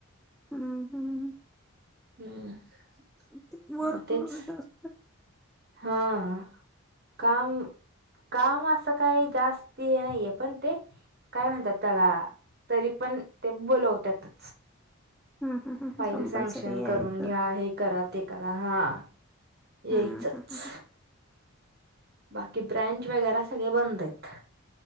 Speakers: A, in the centre; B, on the right.
A: हां हां हां.
B: हम्म
A: ते वर्कलोड
B: हा तेच
A: जास्त
B: हां काम, काम असं काही जास्ती नाहीये पण ते काय म्हणतात त्याला तरी पण ते बोलवत्यातचं.
A: हम्म हम्म हम्म.
B: फाईल
A: कंपल्सरी
B: सेंक्शन
A: यायचं
B: करून घ्या, हे करा ते करा हा. येईचच.
A: हम्म हम्म
B: बाकी ब्रेंच वगैरा सगळे बंद आहेत.